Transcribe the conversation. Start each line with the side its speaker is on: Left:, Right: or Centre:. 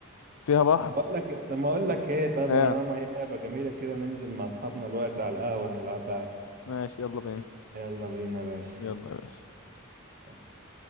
Left: فيها بحر
Right: بقول لك طب ما اقول لك ايه طب طالما
Left: اه
Right: هي لعبة جميلة كده ننزل مع اصحابنا الوقت على القهوة نلعبها
Left: ماشي يلا بينا
Right: يلا بينا يا باشا
Left: يلا يا باشا
Right: طب